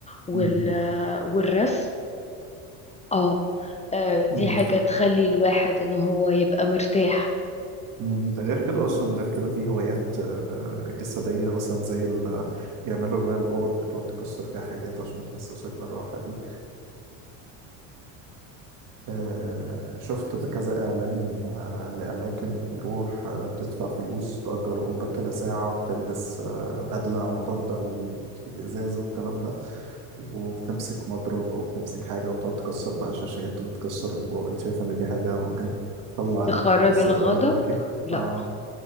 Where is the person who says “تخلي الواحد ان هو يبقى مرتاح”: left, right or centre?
Left